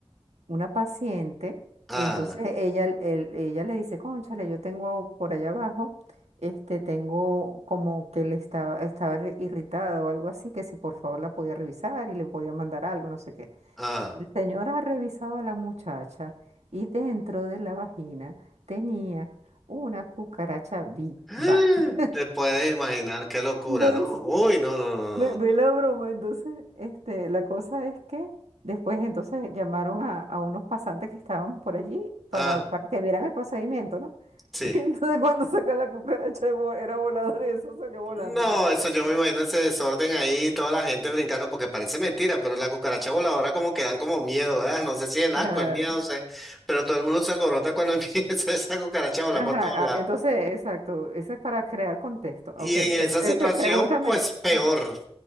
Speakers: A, on the right; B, in the centre.
A: una paciente,
B: Ah,
A: entonces ella, el- ella le dice, cónchale, yo tengo por allá abajo, este, tengo como que le estaba, estaba re- irritada o algo así, que si por favor la podía revisar y le podía mandar algo, no sé qué.
B: ah.
A: La señora ha revisado a la muchacha y dentro de la vagina tenía una cucaracha viva.
B: Ah,
A: <laughs>
B: Te puedes imaginar qué locura,
A: Entonces,
B: ¿no? Uy, no, no, no,
A: Ve, ve
B: no. no.
A: la broma, entonces, este, la cosa es que después entonces llamaron a, a unos pasantes que estaban por allí para,
B: Ah,
A: para que vieran el procedimiento, ¿no? <laughs>
B: sí.
A: Y entonces cuando saca la cucaracha de vo- era voladora y eso salió volando,
B: No,
A: te podrás
B: eso yo
A: imaginar.
B: me imagino ese desorden ahí, toda la gente brincando, porque parece mentira, pero la cucaracha voladora como que dan como miedo, ¿verdad? No sé si el
A: Claro.
B: asco, el miedo, no sé, pero todo el mundo se alborota cuando <laughs> empieza esa cucaracha a volar
A: Ajá,
B: por todos lados.
A: ah, entonces, exacto, eso es para crear contexto.
B: Y
A: Ok,
B: en
A: pero,
B: esa
A: este,
B: situación,
A: pregúntame,
B: pues peor.
A: ajá,